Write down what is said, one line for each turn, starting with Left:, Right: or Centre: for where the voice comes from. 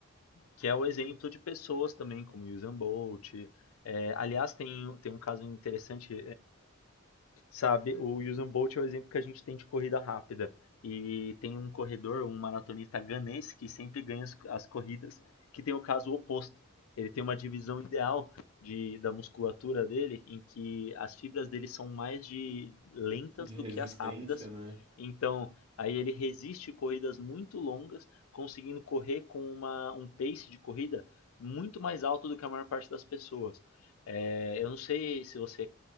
Left: que é o exemplo de pessoas também como Usain Bolt. É, aliás, tem, tem um caso interessante sabe? O Usain Bolt é o exemplo que a gente tem de corrida rápida. E tem um corredor, um maratonista ganense que sempre ganha as, as corridas, que tem o caso oposto. Ele tem uma divisão ideal de, da musculatura dele, em que as fibras dele são mais de lentas
Right: De
Left: do
Right: resistência,
Left: que as rápidas.
Right: né?
Left: Então, aí ele resiste corridas muito longas, conseguindo correr com uma, um pace de corrida muito mais alto do que a maior parte das pessoas. É, eu não sei se você